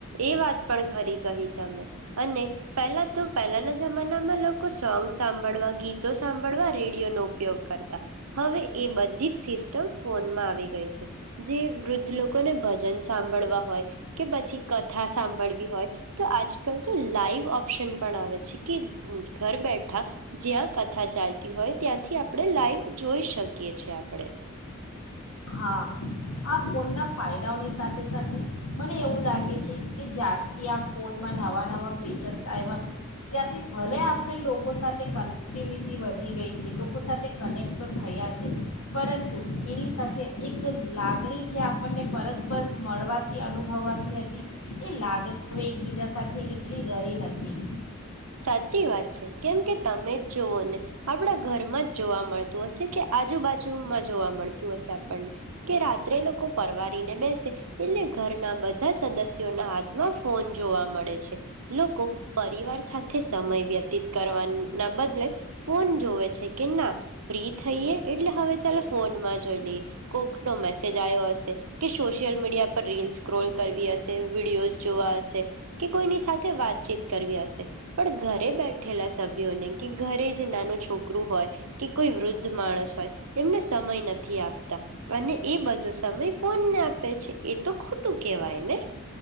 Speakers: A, on the right; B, on the left.
A: એ વાત પણ ખરી કહી તમે. અને પહેલા તો પહેલાના જમાનામાં લોકો સોંગ સાંભળવા ગીતો સાંભળવા રેડિયોનો ઉપયોગ કરતા હવે એ બધી જ સિસ્ટમ ફોનમાં આવી ગઈ છે, જે વૃદ્ધ લોકોને ભજન સાંભળવા હોય કે પછી કથા સાંભળવી હોય તો આજકાલ તો લાઈવ ઓપ્શન પણ આવે છે કે ઘર બેઠા જ્યાં કથા ચાલતી હોય ત્યાંથી આપડે લાઈવ જોઈ શકીએ છેએ આપડે.
B: હા, આ ફોનના ફાયદાઓની સાથે સાથે મને એવું લાગે છે કે જ્યારથી આ ફોનમાં નવા નવા ફીચર્સ આવ્યા ત્યાંથી ભલે આપડે લોકો સાથે કનેક્ટિવિટી વધી ગઈ છે, લોકો સાથે કનેક્ટ તો થયા છે પરંતુ એની સાથે એક લાગણી જે આપણને પરસ્પર મળવાથી અનુભવાતી હતી એ લાગણી હવે એકબીજા સાથે એટલી રહી નથી.
A: સાચી વાત છે. કેમ કે તમે જ જોવઓ ને આપણા ઘરમાં જ જોવા મળતું હશે કે આજુબાજુમાં જોવા મળતું હશે આપણને કે રાત્રે લોકો પરવારીને બેસે એટલે ઘરના બધા સદસ્યોના હાથમાં ફોન જોવા મળે છે. લોકો પરિવાર સાથ થે સમય વ્યતીત કરવાના બદલે ફોન જોવે છે કે ના ફ્રી થઈએ એટલે હવે ચાલ ફોનમાં જોઈ લઈએ. કોક નો મેસેજ આવ્યો હશે કે સોશિયલ મીડિયા પર રીલ સ્ક્રોલ કરવી હશે વિડીયોઝ જોવા હશે કે કોઈની સાથે વાતચીત કરવી હશે. પણ ઘરે બેઠેલા સભ્યોને કે ઘરે જે નાનું છોકરું હોય કે કોઈ વૃદ્ધ માણસ હોય એમને સમય નથી આપતા અને એ બધો સમય ફોનને આપે છે. એ તો ખોટું કેહેવાય ને?